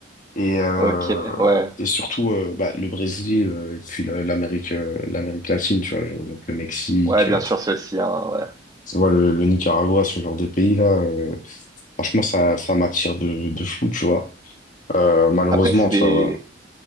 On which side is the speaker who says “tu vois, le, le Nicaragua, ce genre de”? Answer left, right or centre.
Left